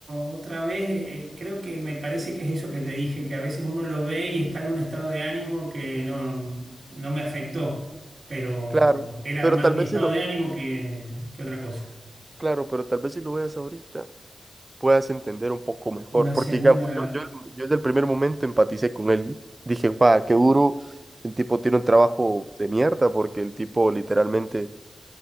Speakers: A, on the right; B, on the right.
A: otra vez, eh, eh, creo que me parece que es eso que te dije, que a veces uno lo ve y está en un estado de ánimo que no, no me afectó, pero
B: claro,
A: era
B: pero
A: más
B: tal
A: mi
B: vez
A: estado
B: si lo,
A: de ánimo que, que otra cosa.
B: claro, pero tal vez si lo veas ahorita. puedas entender un poco mejor.
A: Una
B: Porque,
A: segunda,
B: digamos, yo, yo, yo desde el primer momento empaticé con él. Dije, guau, qué duro. El tipo tiene un trabajo de mierda porque el tipo literalmente,